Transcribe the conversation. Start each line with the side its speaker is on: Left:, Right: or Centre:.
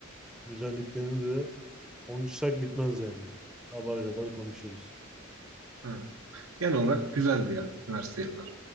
Centre: güzelliklerini de konuşsak bitmez yani. Sabaha kadar konuşuruz.
Right: Evet. Genel olarak güzeldi ya üniversite yılları.